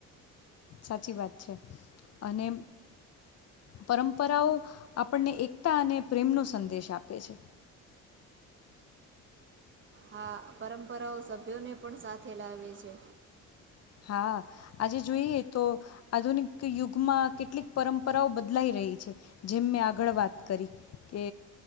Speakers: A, on the left (about 50°); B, on the right (about 35°).
A: સાચી વાત છે, અને પરંપરાઓ આપણને એકતા અને પ્રેમનો સંદેશ આપે છે.
B: હા પરંપરાઓ સભ્યોને પણ સાથે લાવે છે.
A: હા આજે જોઈએ તો આધુનિક યુગમાં કેટલીક પરંપરાઓ બદલાઈ રહી છે, જેમ મેં આગળ વાત કરી કે